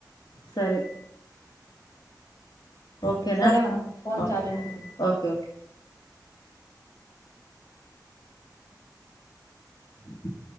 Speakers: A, on the left; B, on the left.
A: ಸರಿ ಓಕೆನಾ
B: ಸರಿ ಮೇಡಮ್ ಫೋನ್
A: ಓಕೆ
B: ಚಾರ್ಜಿಂಗ್ ಇಡ್ತೀನಿ
A: ಓಕೆ ಹ್ಮ